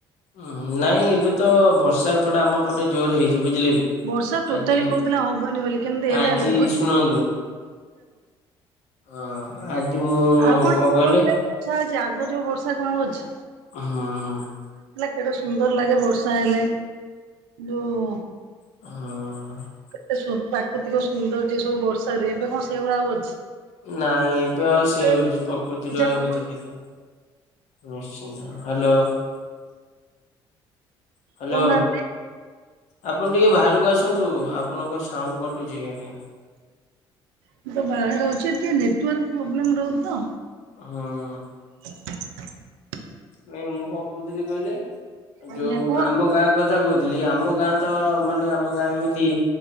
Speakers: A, on the left; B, on the right.
A: ହଁ ନାଇଁ ଏବେ ତ ବର୍ଷା ଏପଟେ ଆମ ପଟେ ଜୋର ହେଇଛି ବୁଝିଲେ କି
B: ବର୍ଷା ଟୋଟାଲି
A: ଆଜି
B: କହୁଥିଲା ହବନି ବୋଲି କେମତି ହେଲେ
A: ଆଜି
B: ଲଘୁ
A: ଶୁଣନ୍ତୁ ହଁ ଆଜି ମୁଁ
B: ଆଉ
A: କଣ
B: ଆଗ
A: କହିଲେ
B: ଭଳିଆ ଆଗ ଯୋଉ ବର୍ଷା କଣ ଆଉଅଛି,
A: ହୁଁ
B: କେଡେ ସୁନ୍ଦର ଲାଗେ ବର୍ଷ ର୍ଷା ହେଲେ ଯୋଉ
A: ହଁ
B: ଏ ପ୍ରାକୃତିକ ସୌନ୍ଦର୍ଯ୍ୟ ସବୁ ବର୍ଷାରେ ଏବେ କଣ ସେଇ ଭଳିଆ ଆଉ ଅଛି।
A: ନାଇଁ ଏବେ ଆଉ ସେ
B: ଲଘୁଚାପ
A: ପ୍ରକୃତିର ଆଉ କିଛି
B: ବର୍ଷା।
A: ଦେଖା ନିଶ୍ଚିନ୍ତ ହ୍ୟାଲୋ ହ୍ୟାଲୋ
B: କହୁନାହାନ୍ତି।
A: ଆପଣ ଟିକେ ବାହାରକୁ ଆସନ୍ତୁ ଆପଣଙ୍କ ସାଉଣ୍ଡ କଟୁଛି ଆଜ୍ଞା।
B: ମୁ ତ ବାହାରେ ଅଛ ଟିକେ ନେଟୱାର୍କ ପ୍ରୋବ୍ଲେମ ରହୁଛି ତ।
A: ହଁ
B: <inaudible>
A: ନାଇଁ ମୁଁ କଣ କହୁଥିଲି କହିଲେ
B: ଆଜ୍ଞା
A: ଯୋଉ
B: କୁହନ୍ତୁ।
A: ଆମ ଗାଁ କଥା କଥା କହୁଥିଲି ଆମ ଗାଁ ତ ମାନେ ଆମ ଗାଁ ଏମିତି।